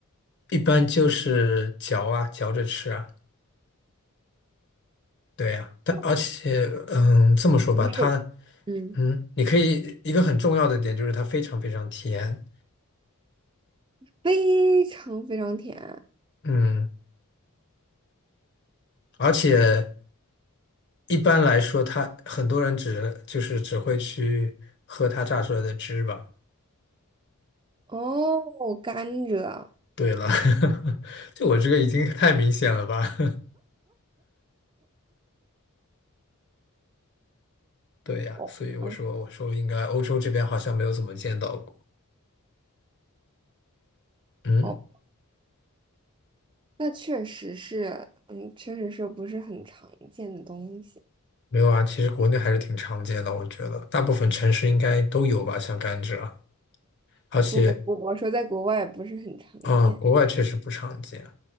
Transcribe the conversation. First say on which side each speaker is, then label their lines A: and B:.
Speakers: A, on the left; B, on the right.
A: 一般就是嚼啊，嚼着吃啊，对呀、但而且，
B: 有
A: 嗯，这么说吧，
B: 不是，
A: 它，
B: 嗯，
A: 嗯，你可以一个很重要的点就是它非常非常甜，
B: 非常非常甜
A: 嗯，而且一般来说，它很多人只就是只会去喝它榨出来的汁吧。
B: 哦，甘蔗。
A: 对了，<laughs> 就我这个已经太明显了吧？对呀，
B: 哦，
A: 所以我说我说应该欧洲这边好像没有怎么见到过。
B: 嗯，
A: 嗯，
B: 哦，那确实是，嗯，确实是不是很常见的东西。
A: 没有啊，其实国内还是挺常见的，我觉得大部分城市应该都有吧，像甘蔗啊，而且
B: 不不不，我说在国外也不是很常见。
A: 啊，国外确实不常见。